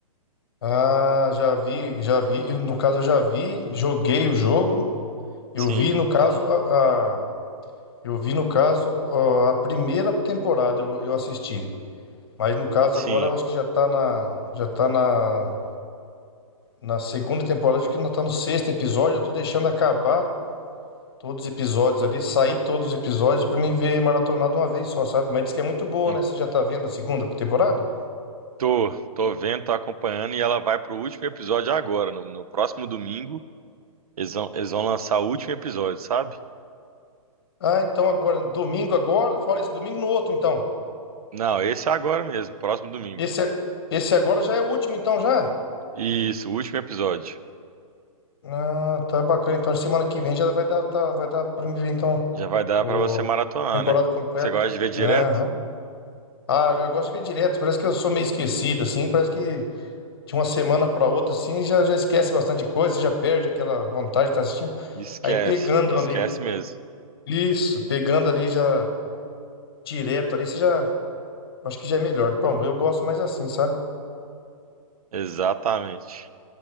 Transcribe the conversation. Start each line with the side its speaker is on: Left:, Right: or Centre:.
Left: Ah, já vi, já vi. Eu, No caso, eu já vi, joguei o jogo. Eu
Right: Sim,
Left: vi, no caso, a, a- Eu vi, no caso, ó, a primeira temporada eu, eu assisti. Mas no caso
Right: sim.
Left: agora eu acho que já tá na. Já tá na, na segunda temporada, acho que não tá no sexto episódio. Eu tô deixando acabar todos os episódios ali, sair todos os episódios pra mim ver maratonado de uma vez só, sabe? Mas diz que é muito boa,
Right: Hum,
Left: né? Você já tá vendo a segunda temporada?
Right: Tô, tô vendo, tô acompanhando e ela vai pro último episódio agora. No, no próximo domingo, eles vão, eles vão lançar o último episódio, sabe?
Left: Ah, então agora, domingo agora, fora esse domingo, no outro então.
Right: Não, esse é agora mesmo, próximo domingo.
Left: Esse, é- esse agora já é o último então já?
Right: Isso, o último episódio.
Left: Ah, tá bacana. Então, semana que vem já vai dar, tá, vai dar pra me ver, então,
Right: Já vai dar
Left: o
Right: pra você maratonar,
Left: temporada
Right: né?
Left: completa.
Right: Você gosta de ver direto?
Left: né? Aham. Ah, eu gosto de ver direto. Parece que eu sou meio esquecido, assim. Parece que de uma semana pra outra, assim, já, já esquece bastante coisa, já perde aquela vontade de estar assistindo.
Right: Esquece,
Left: Aí pegando
Right: esquece
Left: ali,
Right: mesmo.
Left: isso, pegando ali já direto ali, você já, acho que já é melhor. Bom, eu gosto mais assim, sabe?
Right: Exatamente.